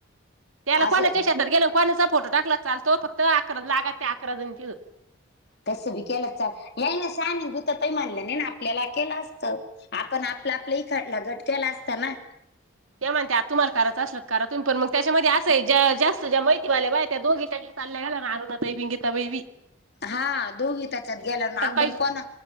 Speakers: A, on the right; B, on the left.
A: त्याला
B: असं
A: कोनाच्या शेतात गेल्याव कोणाचा फोटो टाकला चालतो फक्त आकरा लागा त्या अकरा जण किहो.
B: तसं बी केलं चाल नाई ना साने भूता ताई म्हणाल्या नाय ना आपल्याला केला आसतं. आपण आपलं आपलंही खाटला गट केला असत ना.
A: ते म्हनत्यात तुम्हालं कराचं आसल करा तुमी पण मग त्याच्यामध्ये आसं आहे ज्या जास्त ज्या माहिती वाल्या बाया त्या दोघीतरी. चालल्या गला आरुना ताई विंगिता वैवी.
B: हां दोघी त्याच्यात गेल्या ना आपन
A: पाहिजे
B: कोना